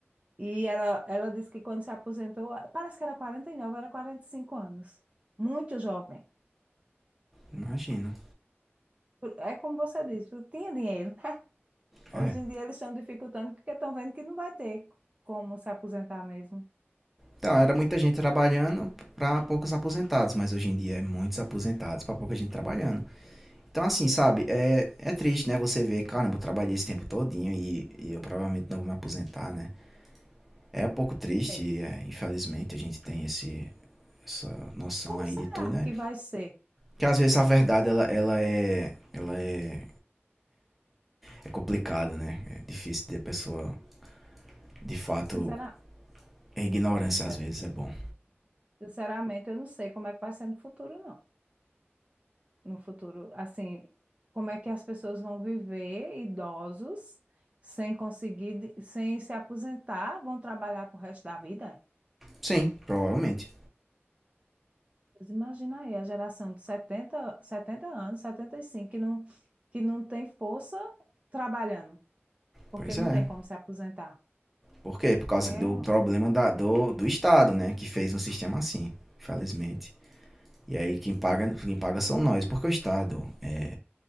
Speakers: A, on the right; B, in the centre.
A: E ela, ela disse que quando se aposentou, parece que era 49, era 45 anos. Muito jovem.
B: imagino.
A: Por- É como você disse, tu tinha dinheiro. né? Hoje
B: É.
A: em dia eles estão dificultando porque estão vendo que não vai ter como se aposentar mesmo.
B: Então, era muita gente trabalhando para poucos aposentados, mas hoje em dia é muitos aposentados para pouca gente trabalhando. Então, assim, sabe, é, é triste, né? Você ver, caramba, eu trabalhei esse tempo todinho e, e eu provavelmente não vou me aposentar, né? É um pouco triste,
A: cedo.
B: é, infelizmente, a gente tem esse, essa noção
A: Como
B: aí
A: será
B: de tudo, né?
A: que vai ser?
B: Que às vezes a verdade, ela, ela é ela é, é complicada, né? É difícil de a pessoa, de fato,
A: Sincera-
B: a ignorância
A: sincer-
B: às vezes é bom.
A: sinceramente, eu não sei como é que vai ser no futuro, não. no futuro, assim, como é que as pessoas vão viver idosos sem conseguir, de- sem se aposentar, vão trabalhar pro resto da vida?
B: Sim, provavelmente.
A: Mas Imagina aí a geração de setenta 70 anos, 75 que não, que não tem força trabalhando, porque
B: Pois
A: não
B: é.
A: tem como se aposentar.
B: Por quê? Por causa do
A: É um,
B: problema da- do, do Estado, né? Que fez um sistema assim, infelizmente. E aí quem paga, quem paga são nós. Porque o Estado, é,